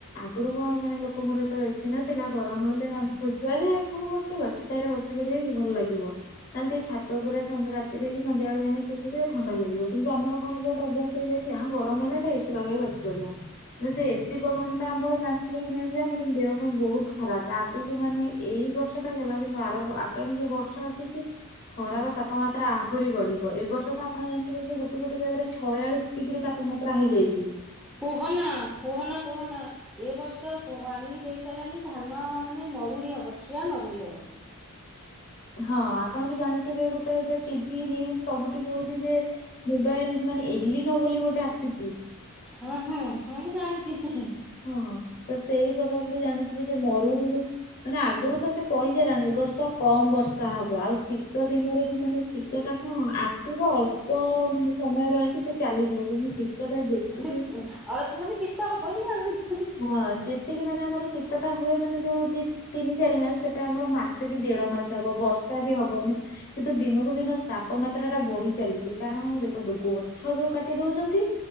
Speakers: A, on the left; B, in the centre.
A: ଆଗୁରୁ କଣ ମାନେ ଲୋକଙ୍କର ଯେତେବେଳେ ଏ ସି ନଥିଲା ଗରମ ହେଲେ ଆମ୍ <unintelligible> ଯାହା ବି ହେଲେ ମାନେ ଗୋଟେ ଗଛ ଛାଇରେ ବସି ପଡିବା କି ଭଲ ଲାଗିବ। ନହେଲେ ଟିକେ ଛାତ ଉପରେ ସନ୍ଧ୍ ରାତିରେ କି ସନ୍ଧ୍ୟାବେଳେ ଯାଇଁକି ଶୋଇ ପଡିବା ଥଣ୍ଡା ଲାଗିବ କିନ୍ତୁ ଆମର କଣ ଯେ ଗୋଟେ ଅଭ୍ୟାସ ହେଇଯାଇଛି ଯା ମ ଗରମ ହେଲେ ଗୋଟେ ଏ ସି ଲଗେଇକି ବସି ପଡିଆ। କିନ୍ତ ସେ ଏ ସି ପଭନଟା ଆଁପଣ ଜାଣିଥିବେ କି ନାହିଁ ମୁଁ ତା ଜାଣିନି କିନ୍ତୁ ଦେହ ପାଇଁ ବୋହୁତ ଖରାପ ଆଗୁକୁ ମାନେ ଏଇ ବର୍ଷଟା ଗଲା କିନ୍ତୁ ଆର ଗ ଆଗାମୀ ଯୋଉ ବର୍ଷା ଆସୁଚି ଖରାର ତାପମାତ୍ରା ଆହୁରି ବଢି ବ ଏ ବର୍ଷ ତ ଆପଣ ଜାଣିଥିବେ ଯେ ଗୋଟେ ଗୋଟେ ଜାଗାରେ ଛୟାଳିଶ ଡିଗ୍ରୀ ତାପମାତ୍ରା ହେଇଯାଇଚି।
B: କୁହନା କୁହନା କୁହନା। ଏ ବର୍ଷ ୱ ୱାଣିଙ୍ଗି ଦେଇ ସାଇଲାଣି ଧାନ ମାନେ ମରୁଡି ହବ ଠିଆ ମରୁଡି ହବ।
A: ହଁ ଆପଣ ବି ଜାଣିଥିବେ ଗୋଟେ ଏବେ ଟିଭି ନ୍ୟୁଜ୍ ସବୁଠି ଦଉଛି ଯେ ମୋବାଇଲ୍ ମାନେ ଏଲିନୋ ବୋଲି ଗୋଟେ ଆସିଚି।
B: ହଁ ହଁ ହଁ ମୁଁ ଜାଣିଚି ହିଁ ହିଁ।
A: ହଁ ତ ସେଇ ପ୍ରଭାବରୁ ଜାଣିଥିବେ ଯେ ମରୁଡିରୁ ମାନେ ଆଗୁରୁ ତ ସେ କହି ସାଇଲାଣି ଏ ବର୍ଷ କମ୍ ବର୍ଷା ହବ ଆଉ ଶୀ ଶୀତ ଦିନରେ ବି ମାନେ ଶୀତଟା କଁ ଆସିବ ଅଳ୍ପ ଉଁ ସମୟ ରହିକି ସେ ଚାଲିଯିବ କିନ୍ତୁ ଶୀ ତଟା ଯେତି
B: ଶୀତ୍ ଉଁ ଅଳପ୍ ମାନେ ଶୀ ତା ଭଲିଆ ଆଉ ଉଁ ହୁଁ ହୁଁ।
A: ହଁ ଯେତିକି ମାନେ ଆମର ଶୀତଟା ହୁଏ ମାନେ ଯୋଉ ଦି ତିନି ଚାରି ମାସ ସେଟା ଆମର ମାସେ କି ଦେଢ ମାସେ ହବ ବର୍ଷା ବି ହବନି। କିନ୍ତୁ ଦିନକୁ ଦିନ ତାପମାତ୍ରାଟା ବଢି ଚାଲିଛି କାରଣ ଦେଖନ୍ତୁ ଗଛ ଯୋଉ କାଟି ଦଉଛନ୍ତି